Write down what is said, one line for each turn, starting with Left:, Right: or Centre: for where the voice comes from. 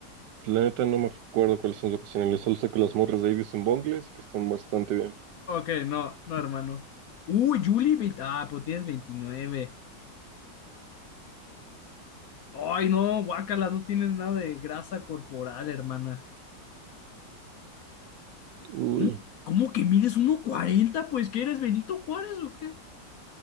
Right: La neta no me recuerdo cuáles son las ocasiones. Solo sé que las morras de ahí dicen bongles y que están bastante bien.
Left: Ok, no, no, hermano. Uy, Julie, veinte- ah, pues tienes 29. Ay, no, guácala, no tienes nada de grasa corporal, hermana.
Right: Uy,
Left: ¿Cómo, cómo que mides uno cuarenta? Pues, ¿qué eres, Benito Juárez o qué?